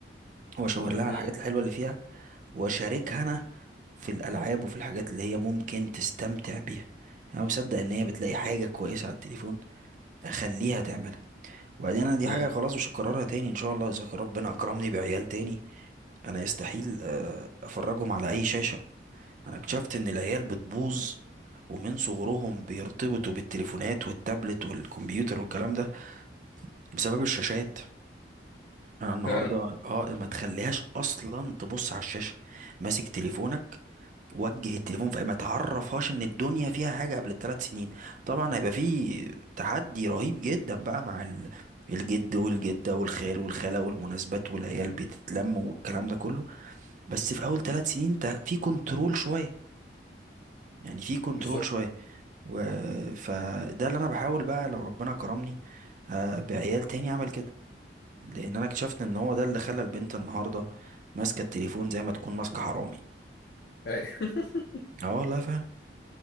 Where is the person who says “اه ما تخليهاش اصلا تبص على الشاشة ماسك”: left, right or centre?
Right